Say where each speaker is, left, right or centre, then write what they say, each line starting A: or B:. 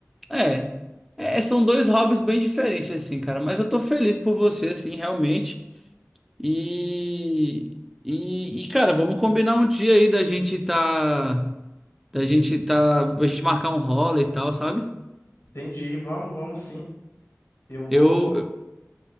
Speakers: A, in the centre; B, on the left.
A: é, é, são dois hobbies bem diferentes assim, cara, mas eu tô feliz por você assim, realmente. E e, e, cara, vamos combinar um dia aí da gente tá da gente tá, a gente marcar um rola e tal, sabe?
B: Entendi, vamos, vamos sim. Eu vou,
A: Eu, eu